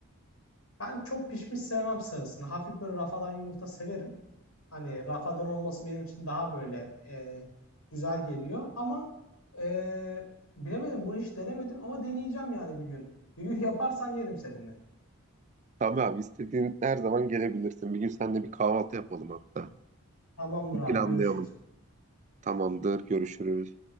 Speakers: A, on the left; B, on the right.
A: Ben çok pişmiş sevmem sarısını. Hafif böyle rafadan yumurta severim. Hani Rafa'dan olması benim için daha böyle e, güzel geliyor. Ama e, bilemedim bunu hiç denemedim ama deneyeceğim yani bir gün. Bir gün yaparsan yerim seninle.
B: Tabii abi istediğin her zaman gelebilirsin. Bir gün seninle bir kahvaltı yapalım hatta.
A: Tamamdır abi
B: Planlayalım.
A: görüşürüz.
B: Tamamdır, görüşürüz.